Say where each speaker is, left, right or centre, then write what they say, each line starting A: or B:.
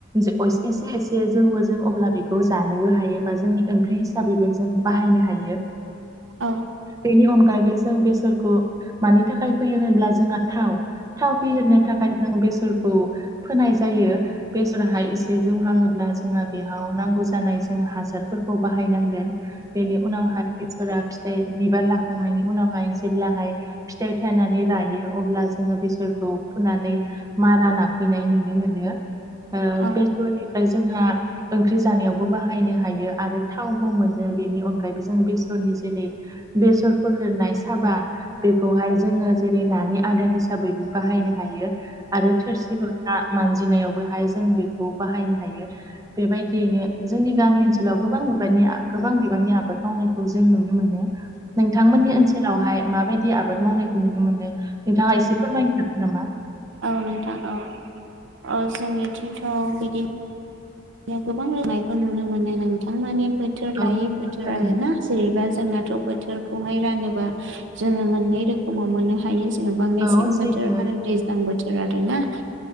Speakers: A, on the right; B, on the right.
A: एसे एसे जौ हो जों अब्ला बेखौ जानोबो हायोबा जोंनि ओंख्रिब हिसाब बेबो जों बाहायनो हायो।
B: औ।
A: बेनि अनगायैबो जों बेसरखौ मानि थाखाय फैयो होनब्ला जोंहा थाव थाव फहेरनो थाखाय जों बेसरखौ फोनाय जायो। बेसराहाय एसे जौगाङोब्ला जोंहा बेयाव नांगौ जानाय जों हासारफोरखौ बाहायनांगोन बेनि उनावहाय बेसरा फिथाइ बिबार लाखांनायनि उनावहाय जेब्लाहाय फिथाइ थाइनानै रायो अब्ला जों बेसोरखौ फुनानै मारा नाफैनाय नुनो मोनो। सनिफ्राय
B: औ
A: जोंहा ओंख्रि जानायावबो बाहायनो हायो आरो थावबो मोनो बेनि अनगायैबो जों बेसरनि जेरै बेसर फो होनाय साबा बेखौहाय जोङो जेरै नानि आदार हिसाबै हिसाबैबो बाहायनो हायो। आरो थोरसि लथा मानजिनायावबोहाय जों बेखौ बाहायनो हायो बेबायदियैनो जोंनि गामि ओनसोलाव गोबां बिबारनि गोबां बिबांनि आबाद मावनायखौ जों नुनो मोनो। नोंथांमोननि ओनसोलावहाय माबायदि आबाद मावनायखौ नुनो मोनो नोंथाङा? एसे फोरमायनो हागोन नामा?
B: औ नोंथां औ ओ‌जोंनिथिंथ' बिदि याव गोबां रोंनायखौ नुनो मोनो नोंथां मानिे बोथोर
A: औ
B: लायै बोथोर
A: थारैनो।
B: आरो ना जेनैबा जोंनाथ' बोथोरखौहाय रानोबा जोङो मोननै रोखोमाव मोननो हायो। जेन'बा मेसें
A: औ सैथो
B: बोथोर आरो दैज्लां बोथोर आर ना थ'